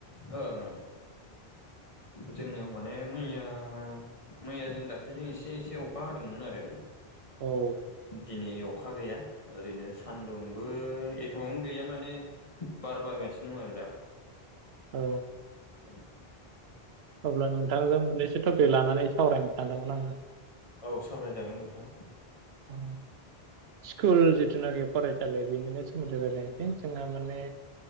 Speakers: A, on the left; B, on the right.
A: ओं ओं जोंनियाव माने मैया मैया जों दाख्लैजों एसे एसे अखा हादोंमोन आरो।
B: औ औ।
A: दिनै अखा गैया ओरैनो सानदुंबो एथबां गैया माने बार बारगासिनो दं आरो दा।
B: औ
A: औ
B: अब्ला नोंथांजों मोननैसो टपिक लानानै सावरायनो सानदोंमोन आङो
A: औ सावरायजागोन नोंथां
B: अ स्कुल जिथुनाखि फरायसालि बेनिनो सोमोन्दै रायलायनोसै जोंहा माने